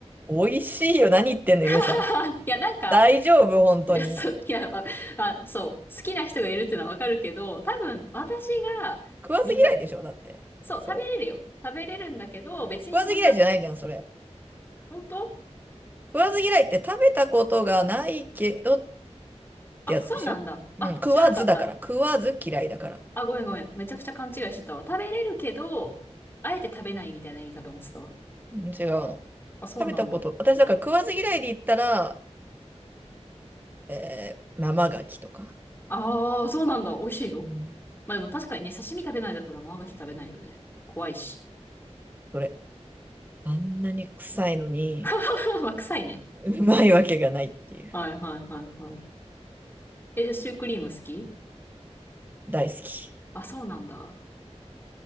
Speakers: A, on the right; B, on the left.
A: 美味しいよ。何言ってんの、ゆうさん。
B: <laughs> いや、なんか、
A: 大丈夫、本当に。
B: <laughs> いや、そう、いや、まあ、まあそう、好きな人がいるっていうのはわかるけど、多分、私が、
A: 食わず嫌いでしょだって。
B: みか、そう、
A: それ。
B: 食べれるよ。食べれるんだけど、別にそんな、
A: 食わず嫌いじゃないじゃん、それ。
B: 本当
A: 食わず嫌いって食べたことがないけどっ
B: あ、
A: てやつでしょうん。
B: そうなんだ。あ、
A: 食わずだから。
B: 知らなかった。
A: 食わず嫌いだから。
B: あ、ごめんごめん。めちゃくちゃ勘違いしてたわ。食べれるけど、あえて食べないみたいな意味かと思ってたわ。
A: うん違うの。
B: あ、そうなんだ。
A: 食べたこと。私だから食わず嫌いで言ったら、えー生牡蠣とか。
B: ああ、そうなんだ。美味しいよ。
A: うん。
B: まあでも確かにね、刺身食べないんだったら生牡蠣食べないよね。怖いし。
A: それ。あんなに臭いのに。
B: <laughs> まあ、臭いね。
A: うまいわけがないっていう。
B: はいはいはいはい。え、シュークリーム好き
A: 大好き。
B: あ、そうなんだ。